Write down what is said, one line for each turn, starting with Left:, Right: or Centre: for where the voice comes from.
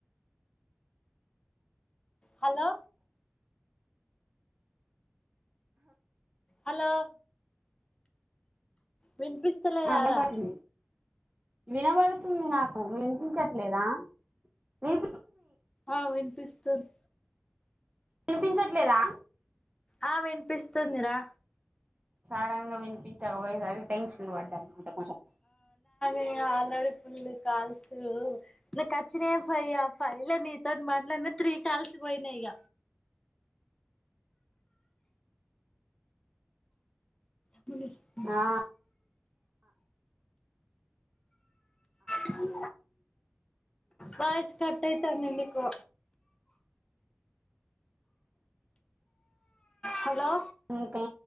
Left: హలో హలో విన్పిస్తలేదా
Right: ఆ వినబడుతుంది
Left: రా
Right: వినబడుతుంది నాకు వినిపించట్లేదా విని
Left: ఆ వినిపిస్తుంద్
Right: వినిపించట్లేదా
Left: ఆ వినిపిస్తుందిరా
Right: సడన్ గా వినిపించకపోయేసరికి టెన్షన్ పడ్డా కొంచెం
Left: ఏ ఆల్రెడీ ఫుల్లు కాల్సు నాకు వచ్చినయే ఫైవ్ ఆ ఫైవ్ లో నీతోటి మాట్లా నిన్న త్రీ కాల్సు పోయినాయి ఇగ ఏమన్నా ఇచ్చిలా
Right: ఆ
Left: కఠ వాయిస్ కట్టైతాంది నీకు హలో
Right: ఇంకా